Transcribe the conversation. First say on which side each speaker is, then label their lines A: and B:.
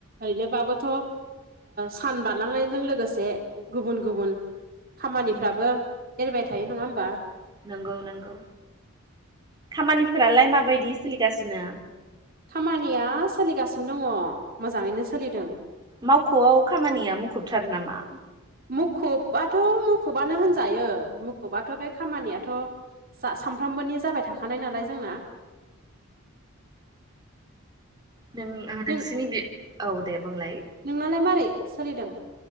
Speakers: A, on the right; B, on the right.
A: ओरैनोबाबोथ' सान बारलांनायजों लोगोसे गुबुन गुबुन खामानिफ्राबो
B: उम
A: एरायबाय थायो
B: औ
A: नङा होमबा
B: नंगौ नंगौ खामानिफोरालाय माबायदि सोलिगासिनो
A: खामानिया सोलिगासिनो दङ मोजाङैनो सोलिदों
B: मावख'आव खामानिया मुखुबथार नामा
A: मुखुबाथ' मुखुबानो होनजायो मुखुबाथ' बे खामानियाथ' जा सानफ्रामबोनि जाबाय थाखानाय नालाय जोंना
B: नों
A: नों
B: नोंसिनि औ दे बुंलाय
A: नोंनालाय मारै सोलिदों